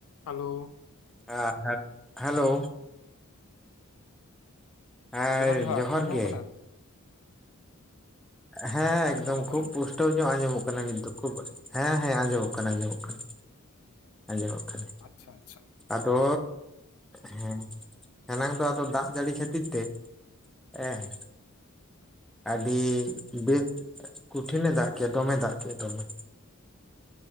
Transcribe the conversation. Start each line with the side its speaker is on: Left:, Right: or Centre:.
Left: Hello
Centre: ᱦᱮᱸ hello ᱦᱮᱸ
Left: ᱡᱚᱦᱟᱨ, ᱡᱚᱦᱟᱨ ᱟᱸᱡᱚᱢ ᱧᱟᱢᱚᱜ
Centre: ᱜᱮ
Left: ᱠᱟᱱᱟ?
Centre: ᱦᱮᱸ
Left: ᱟᱸᱡᱚᱢ
Centre: ᱮᱠᱫᱚᱢ
Left: ᱧᱟᱢᱚᱜ ᱠᱟᱱᱟ
Centre: ᱠᱷᱩᱵ ᱯᱩᱥᱴ ᱴᱟᱹᱣ ᱧᱚᱜ ᱟᱸᱡᱚᱢᱚᱜ ᱠᱟᱱᱟ ᱱᱤᱛ ᱫᱚ᱾ ᱠᱷᱩᱵ ᱦᱮᱸ ᱦᱮᱸ ᱟᱸᱡᱚᱢᱚᱜ ᱠᱟᱱᱟ ᱟᱸᱡᱚᱢᱚᱜ ᱠᱟᱱᱟ᱾ ᱟᱸᱡᱚᱢᱚᱜ ᱠᱟᱱᱟ᱾
Left: ᱟᱪᱪᱷᱟ ᱟᱪᱪᱷᱟ
Centre: ᱟᱫᱚ ᱦᱮᱸ ᱮᱱᱟᱝ ᱫᱚ ᱟᱫᱚ ᱫᱟᱜ ᱡᱟᱹᱲᱤ ᱠᱷᱟᱹᱛᱤᱨ ᱛᱮ ᱦᱮᱸ ᱟᱹᱰᱤ ᱵᱮᱥ ᱠᱚᱴᱷᱤᱱ ᱮ ᱫᱟᱜ ᱠᱮᱫᱼᱟ᱾ ᱫᱚᱢᱮ ᱫᱟᱜ ᱠᱮᱫᱼᱟ᱾ ᱫᱚᱢᱮ